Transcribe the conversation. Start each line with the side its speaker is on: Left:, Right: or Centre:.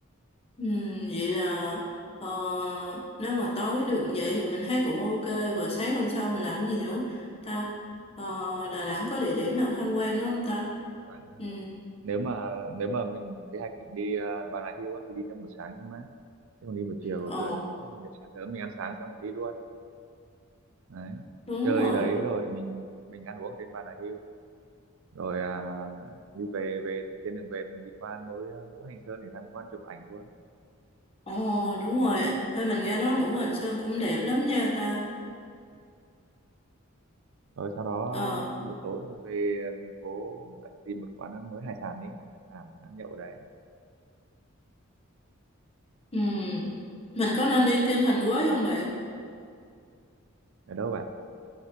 Left: Ừ, vậy là ờ, nếu mà tối được vậy thì mình thấy cũng ok rồi sáng hôm sau mình làm gì nữa ta Ờ, Đà Nẵng có địa điểm nào tham quan nữa không ta
Right: Khoảng-
Left: ừ,
Right: nếu mà nếu mà mình kế hoạch định đi ờ, Bà Nà Hills á, thì đi trong buổi sáng cho mát chứ còn đi buổi chiều
Left: ờ,
Right: trưa nắng lắm Để sáng sớm mình ăn sáng xong mình đi luôn đấy
Left: đúng
Right: chơi
Left: rồi
Right: đấy rồi mình mình ăn uống ở trên Bà Nà Hills rồi à, đi về về thì trên đường về mình đi qua núi à, Ngũ Hành Sơn để tham quan chụp ảnh luôn
Left: ờ, đúng rồi hay mình nghe nói Ngũ Hành Sơn cũng đẹp lắm nha ta
Right: rồi sau đó
Left: ờ,
Right: à, buổi tối mình về thành phố lại tìm một quán ăn mới hải sản đi ăn hải sản ăn nhậu đấy
Left: ừ, mình có nên đi Kinh Thành Quế không bạn
Right: ở đâu bạn